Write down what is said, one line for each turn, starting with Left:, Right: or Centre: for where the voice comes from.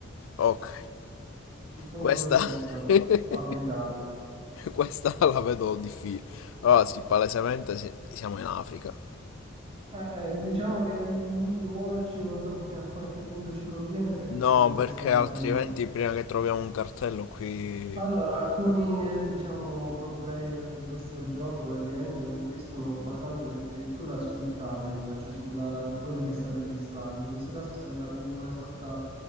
Left: Ok,
Right: Suppongo
Left: questa,
Right: che sia uno stato
Left: <laughs>
Right: africano.
Left: questa la vedo difficile. Allora, sì, palesemente si- siamo in Africa.
Right: Eh, eh, diciamo che mm, muoverci non so fino a qualche punto ci conviene perché
Left: No,
Right: credo che
Left: perché
Right: sia
Left: altrimenti
Right: più o meno.
Left: prima che troviamo un cartello qui...
Right: Allora, alcuni eh, diciamo pro player di questo gioco praticamente lo intuiscono basandosi addirittura sul camion, cioè su quello che sta registrando. In questo caso sembra come una sorta